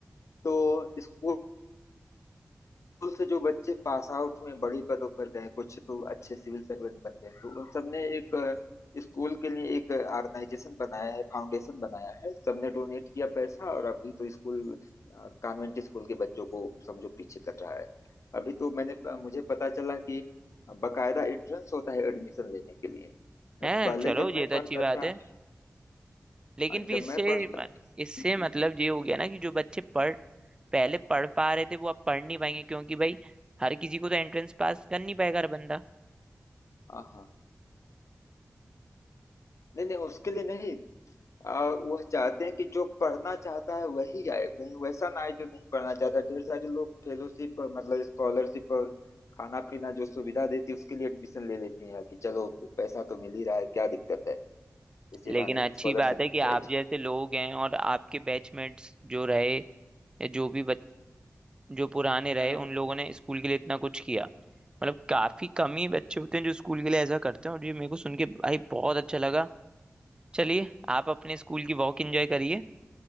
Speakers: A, on the left (about 75°); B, on the right (about 15°).
A: तो स्कूल स्कूल से जो बच्चे पास आउट में बड़ी पदों पर गए कुछ तो अच्छे सिविल सर्वेंट बन गए तो उन सबने एक अ, स्कूल के लिए एक ऑर्गेनाइजेशन बनाया है फाउंडेशन बनाया है सबने डोनेट किया पैसा और अभी तो स्कूल अ, कॉन्वेंट स्कूल के बच्चों को समझो पीछे कर रहा है अभी तो मैंने मुझे पता चला कि बकायदा एंट्रेंस होता है एडमिशन लेने के लिए
B: हैं
A: अब पहले
B: चलो
A: जब
B: ये
A: मैं
B: तो
A: पढ़ता
B: अच्छी बात
A: था
B: है लेकिन फिर
A: जब
B: इससे
A: मैं पढ़ता
B: म- इससे
A: जी जी
B: मतलब ये हो गया ना कि जो बच्चे पढ़ पहले पढ़ पा रहे थे वो अब पढ़ नहीं पाएंगे क्योंकि भाई हर किसी को तो एंट्रेंस पास कर नहीं पाएगा हर बंदा
A: हाँ हाँ नहीं नहीं उसके लिए नहीं आ, वह चाहते हैं कि जो पढ़ना चाहता है वही आए कहीं वैसा ना आए जो नहीं पढ़ना चाहता ढेर सारे लोग फेलोशिप और मतलब स्कॉलरशिप और खाना पीना जो सुविधा देती है उसके लिए एडमिशन ले लेती हैं कि चलो पैसा तो मिल ही रहा है क्या दिक्कत है इसी
B: लेकिन
A: बहाने
B: अच्छी
A: स्कॉलरशिप
B: बात है
A: मिल
B: कि आप
A: जाएगी
B: जैसे लोग हैं और आपके बैचमेट्स जो रहे या जो भी बच, जो पुराने रहे
A: हम्म हम्म।
B: उन लोगों ने स्कूल के लिए इतना कुछ किया मतलब काफी कम ही बच्चे होते हैं जो स्कूल के लिए ऐसा करते हैं और ये मेरे को सुन के भाई बहुत अच्छा लगा चलिए आप अपने स्कूल की वॉक एंजॉय करिए